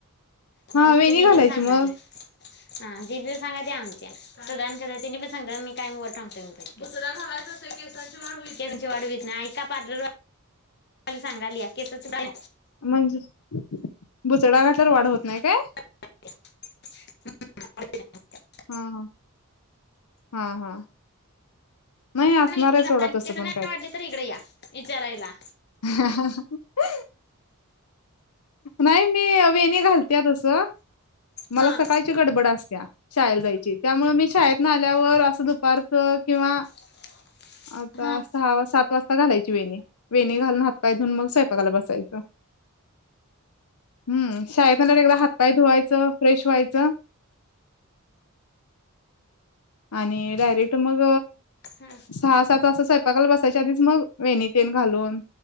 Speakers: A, on the left; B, on the left.
A: आमच्या
B: हा वेणी
A: दिदीला
B: घालायची
A: सांगा
B: मग
A: ते हा दिदीला सांगा ते आमच्या. सदानकदा त्यांनी पण सांगतात मी कायम वर टागतोय म्हणत्यात. बुचडा घालायचं नसतंय केसांची वाढ होत नाय. ऐक च्या पार्लर वा ली सांगायलिया केसाच काय
B: म्हणजे बुचडा घतल्यावर वाढ होत नाय काय?
A: <unintelligible>
B: हा हा, हा हा. नाही असणार
A: वेणी
B: आहे
A: घाला
B: सोडा
A: आणि
B: तसं
A: केस
B: पण
A: नाय वाडली तर इकड या विचारायला.
B: <inaudible> नाय मी वेणी घालतिया तस मला
A: हा
B: सकाळ ची गडबड असतीया शाळेला जायची त्यामुळे मी शाळेत न आल्यावर असं दुपारच किंवा
A: <inaudible>
B: आता
A: हा
B: सहा सात वाजता घालायची वेणी, वेणी घालून हातपाय धुऊन मग स्वयंपाकाला बसायचं. हम्म, शाळेतनं आल्यावर एकदा हातपाय धुवायचं फ्रेश व्हायचं आणि डायरेक्ट मग
A: हा
B: सहा सात वाजता स्वय पाकाला बसायच्या आधीच मग वेणी तेन घालून